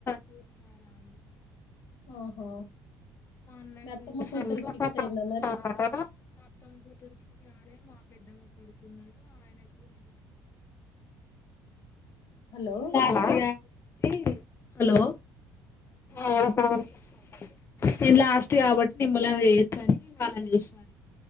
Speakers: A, on the left; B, on the left.
A: చూస్తారు ఆమెకి
B: ఆహా
A: మా అన్నయ్యకి
B: మీ అత్తమ్మ
A: మరి
B: కూతురికి ఫిక్స్ అయిందా
A: మా అత్తమ్మ కూతురుకి అదే ఇగ మాకు పెద్దమ్మ పడుకున్నాడు ఆయన గుస <unintelligible>
B: హలో
A: హలో ఆ ఇప్పుడు వినిపిస్తుందా దిన్ లాస్ట్ కాబట్టి నిమ్మళంగా చేయొచ్చని వాళ్ళకి చేస్తారు